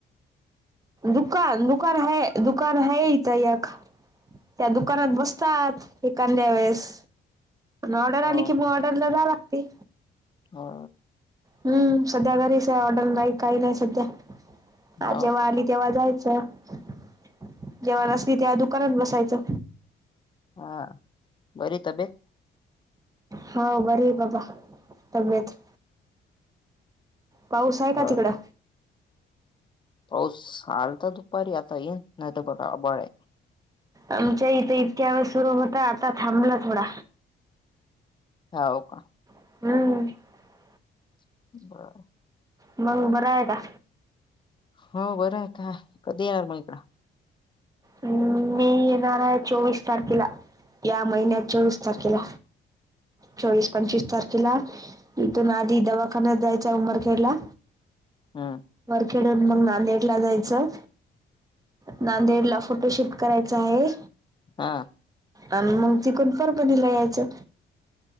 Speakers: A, on the right; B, on the left.
A: दुकान, दुकान है, दुकान है इथ एक. त्या दुकानात बसतात एखांद्या वेळेस. ऑर्डर
B: हो
A: आली की मंग ऑर्डरला जाया लागते.
B: हो
A: हम्म, सध्या घरीच आहे ऑर्डर नाही काही नाही सध्या. आ
B: हो
A: जेव्हा
B: का
A: आली तेव्हा <unintelligible> जेव्हा नसली तेव्हा दुकानात बसायचं.
B: हा, बरीये तब्येत?
A: हां बरी बाबा तब्येत. पाऊस आहे का
B: बर
A: तिकडं?
B: पाऊस आलता दुपारी आता येत नाही बघा आभाळ हे.
A: आमच्या इथं इतक्या वेळे सुरू होता आता थांबला थोडा.
B: हाव का?
A: <unintelligible>
B: बर
A: मंग बरायका?
B: हो बरं आहे आता. कधी येणार मग इकडं?
A: हम, मी येणार आहे चोवीस तारखेला. या महिन्यात चोवीस तारखेला. चोवीस, पंचवीस तारखेला इथून आधी दवाखान्यात जायचं उमरखेडला.
B: हम
A: तिथून मग नांदेडला जायचं. नांदेड ला फोटो शूट करायचा आहे.
B: हा.
A: आणि मग चिकून परफणीला यायचं